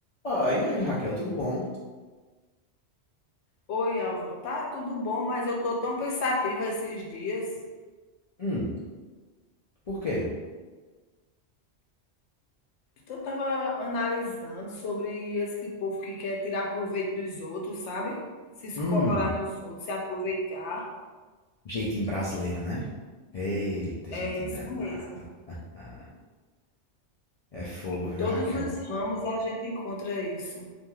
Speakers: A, on the left; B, on the left.
A: Ah, e aí, Raquel, tudo bom?
B: Oi, Álvaro, tá tudo bom, mas eu tô tão pensativa esses dias.
A: Hum, por quê?
B: Eu tava analisando sobre esse povo que quer tirar proveito dos outros, sabe? Se escorar
A: Hum,
B: nos outros, se aproveitar.
A: jeitinho brasileiro, né? Eita,
B: É
A: jeitinho
B: isso
A: danado.
B: mesmo.
A: <laughs> É fogo,
B: Em
A: viu,
B: todos
A: Raquel?
B: os ramos a gente encontra isso.